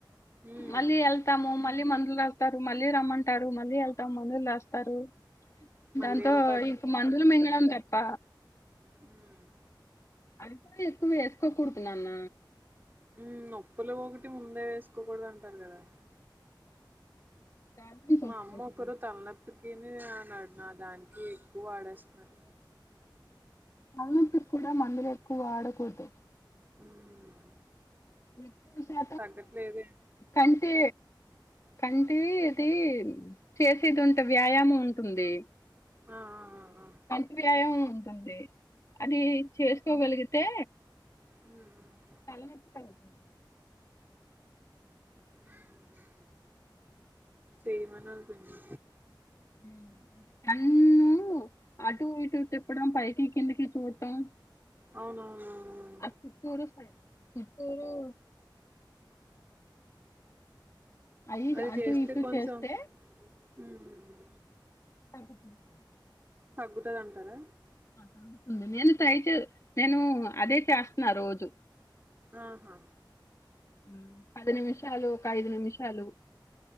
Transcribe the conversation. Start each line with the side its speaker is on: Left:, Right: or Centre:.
Right: ఉమ్
Left: మళ్ళీ ఎ ళ్తాము మళ్ళీ మందులు రాస్తారు మళ్ళీ రమ్మంటారు మళ్ళీ ఎళ్తాము మందులు రాస్తారు
Right: మళ్ళీ
Left: దాంతో
Right: ఏదో
Left: ఇంక మందులు మింగడం తప్ప
Right: ఉమ్మ్
Left: అది కూడా ఎక్కువ ఏసుకోకూడదు నాన్న
Right: ఉమ్మ్ నొప్పులు ఒకటి ముందే ఏసుకోకూడదు అంటారు కదా
Left: ప్రాబ్లమ్స్
Right: మా
Left: వస్తాయి
Right: అమ్మా
Left: కదా
Right: ఒకరు తల నొ ప్పికిని ఆడై నా దానికి ఎక్కువ వాడేస్తున్నారు
Left: తలనొప్పికి కూడా మందులు ఎక్కువ వాడకూడదు
Right: ఉమ్మ్
Left: ఎక్కువ శా
Right: తగ్గట్లేదే
Left: కంటే కంటే ఇది చేసేది ఉంటే వ్యాయామం ఉంటుంది
Right: ఆ ఆ ఆ
Left: కంటివి వ్యాయామం ఉంటుంది అది చేసుకోగలిగితే
Right: ఉమ్మ్ ఉమ్మ్
Left: తలనొప్పి తగ్గుతుంది
Right: ఉమ్మ్ చేయమనాలి పిన్ని
Left: ఉమ్మ్ కన్ను అటు ఇటు తిప్పడం పైకి కిందకి చూడటం
Right: అవునవునవును
Left: పుత్తూరు సైడ్ పుత్తూరు ఐదు
Right: అది
Left: అటు
Right: చేస్తే
Left: ఇటు
Right: కొంచెం
Left: చేస్తే
Right: ఉమ్
Left: తగ్గుతుంది
Right: తగ్గుతది అంటారా
Left: అడుగుతుంది నేను టైటు నేను అదే చేస్తున్నా రోజు
Right: ఆహా
Left: ఉమ్ పది నిమిషాలు ఒకఐదు నిమిషాలు